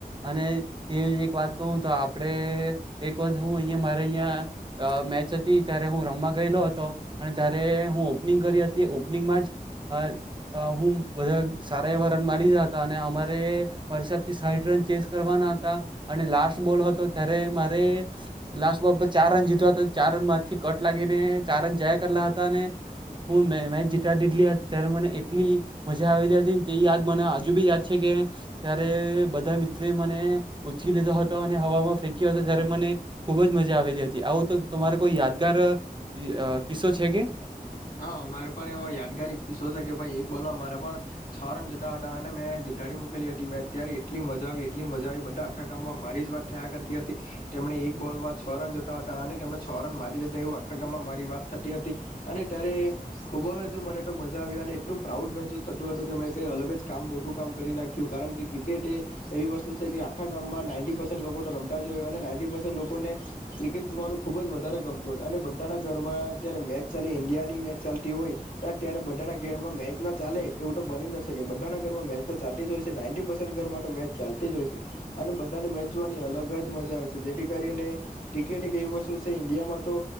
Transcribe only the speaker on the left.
હા, મારે પણ એવો યાદગાર કિસ્સો છે કે ભાઈ એક બોલમાં મારા પણ છ રન જતા હતા અને મેં જીતાડી મૂકેલી હતી મેં અત્યારે એટલી મજા આવી એટલી મજા આવી બધા આખા ગામમાં મારી જ વાત થયા કરતી હતી તેમણે એક બોલમાં છ રન જોતા હતા અને તેમણે છ રન મારી લીધા એવું આખા ગામમાં મારી વાત થતી હતી. અને ત્યારે ખૂબ જ મને તો મજા આવી અને એટલું પ્રાઉડ મહેસૂસ થતું હતું કે મેં કંઈ અલગ જ કામ મોટું કામ કરી નાખ્યું કારણ કે એ ક્રિકેટ એવી વસ્તુ છે કે આખા ગામમાં નાઇન્ટી પર્સેન્ટ લોકો તો રમતા જ હોય અને નાઇન્ટી પર્સેન્ટ લોકોને ક્રિકેટ જોવાનું ખૂબ જ વધારે ગમતું હોય અને બધાના ઘરમાં જ્યારે મેચ ચાલે ઇન્ડિયાની મેચ ચાલતી હોય ત્યારે બધાના ઘરમાં મેચ ના ચાલે એવું તો બની જ ન શકે બધાના ઘરમાં મેચ તો ચાલતી જ હોય છે નાઇન્ટી પર્સેન્ટ ઘરમાં તો મેચ ચાલતી જ હોય છે અને બધાની મેચ જોવાની અલગ જ મજા આવે છે જેથી કરીને ક્રિકેટ એક એવી વસ્તુ છે ઇન્ડિયામાં તો